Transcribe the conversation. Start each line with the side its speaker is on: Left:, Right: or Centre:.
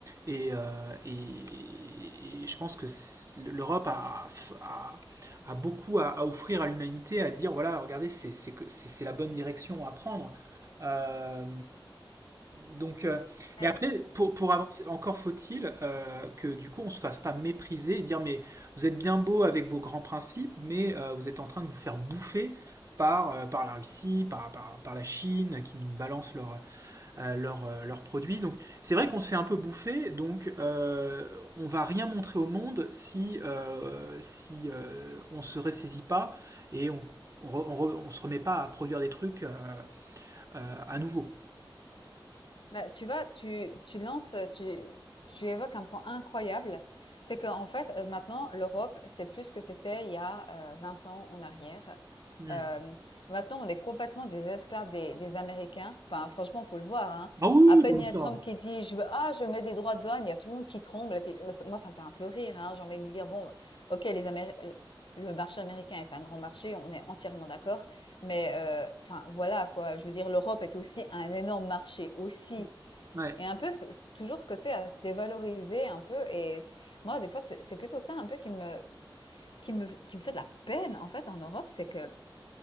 Right: Et, euh, et- et je pense que c'est- l'Europe a, a- a beaucoup à, à offrir à l'humanité, à dire, voilà, regardez, c'est c'est que- c'est- c'est la bonne direction à prendre. Euh, donc, euh, mais
Left: Ouais,
Right: après, pour, pour
Left: ouais,
Right: avancer, encore faut-il euh, que du coup, on se fasse pas mépriser et dire, mais vous êtes bien beau avec vos grands principes, mais euh, vous êtes en train de vous faire bouffer par, euh, par la Russie, par, par, par la Chine, qui nous balance leurs euh, leurs, euh, leurs produits. Donc c'est vrai qu'on se fait un peu bouffer, donc euh, on ne va rien montrer au monde si, euh, si euh, on ne se ressaisit pas et on on, se remet pas à produire des trucs euh, euh, à nouveau.
Left: Bah, tu vois, tu, tu lances, euh, tu, tu évoques un point incroyable. C'est qu'en fait, euh, maintenant, l'Europe, c'est plus ce que c'était il y a euh, 20 ans en arrière.
Right: Hmm.
Left: Euh, maintenant, on est complètement des esclaves des, des Américains. Enfin, franchement, faut le voir, hein.
Right: Ah oui, oui,
Left: À peine
Right: oui, comme
Left: il y
Right: ça.
Left: a Trump qui dit, je veux, ah, je mets des droits de douane, il y a tout le monde qui tremble. Et puis, moi, ça moi, ça me fait un peu rire, hein. J'ai envie de dire, bon, ok, les Améri- le marché américain est un grand marché, on est entièrement d'accord. Mais, euh, enfin, voilà, quoi. Je veux dire, l'Europe est aussi un énorme marché aussi.
Right: Hmm. Ouais,
Left: Et un peu, ce ce toujours ce côté à se dévaloriser un peu et moi, des fois, c'est c'est plutôt ça un peu qui me qui me qui me fait de la peine, en fait, en Europe. C'est que